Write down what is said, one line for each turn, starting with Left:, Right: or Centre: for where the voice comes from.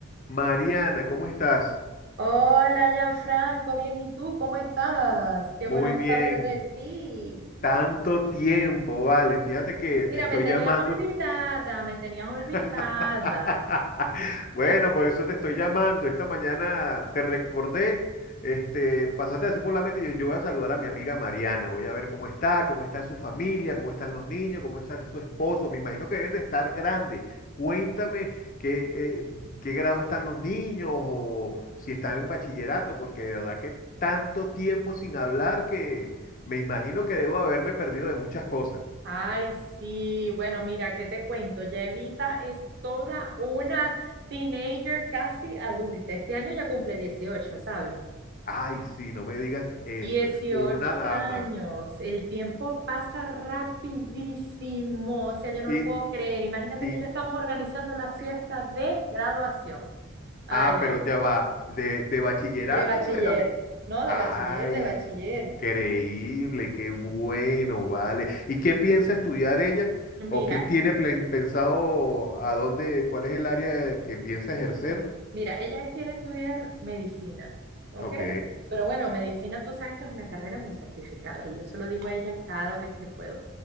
Left: Mariana, ¿cómo estás?
Right: Hola, Gianfranco, bien, ¿y tú cómo estás?
Left: Muy
Right: Qué bueno
Left: bien.
Right: saber de ti.
Left: Tanto tiempo, vale. Fíjate que
Right: Mira,
Left: te estoy
Right: me tenías
Left: llamando
Right: olvidada, me tenías olvidada.
Left: <laughs> Bueno, por eso te estoy llamando. Esta mañana te recordé, este, pasaste así por la meta y yo, yo voy a saludar a mi amiga Mariana. Voy a ver cómo está, cómo está su familia, cómo están los niños, cómo está su esposo. Me imagino que deben de estar grandes. Cuéntame qué, eh, qué grado están los niños o si están en bachillerato, porque de verdad que tanto tiempo sin hablar que me imagino que debo haberme perdido de muchas cosas.
Right: Ay, sí, bueno, mira, ¿qué te cuento? Ya Evita es toda una teenager casi adulta. Este año ya cumple 18, ¿sabes?
Left: Ay, sí, no me digas eso,
Right: 18
Left: es una dama.
Right: años, el tiempo pasa rapidísimo, o sea, yo no
Left: Y,
Right: lo puedo creer. Imagínate
Left: y,
Right: que ya estamos organizando la fiesta de graduación. Ay,
Left: ah,
Right: ay,
Left: pero ya va, de, de bachillerato
Right: De bachiller,
Left: o de la universidad.
Right: no, de
Left: Ay,
Right: bachiller, de bachiller.
Left: increíble, qué bueno, vale. ¿Y qué piensa estudiar ella?
Right: Mira,
Left: ¿O qué tiene plan- pensado a dónde, cuál es el área que piensa ejercer?
Right: mira, ella quiere estudiar medicina, ¿ok?
Left: Ok.
Right: Pero bueno, medicina tú sabes que es una carrera muy sacrificada y yo se lo digo a ella cada vez que puedo.